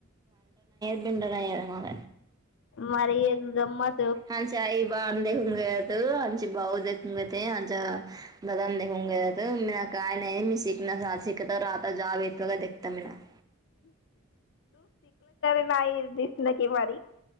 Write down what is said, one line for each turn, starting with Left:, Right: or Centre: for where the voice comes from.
Right: बिंडड आहे मग
Left: माारी एक गमत
Right: आचे आई बाण देखून घे त आणिचे भाऊ देखून घेत आच्या ददामखंगे त मरा काय नाही मी सीख <unintelligible> तर आता जाब येतो का देता मीला <inaudible>
Left: नाहीदी नकी मारी